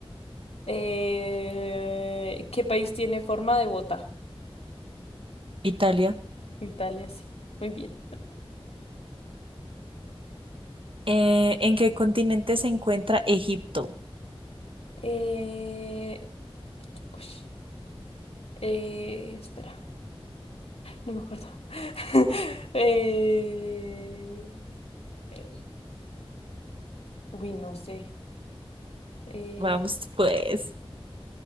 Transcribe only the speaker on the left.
eh, ¿qué país tiene forma de bota?
Italia, sí. Muy bien.
Eh, ush, eh, espera, no me acuerdo. <laughs> eh, em, uy, no sé. Eh,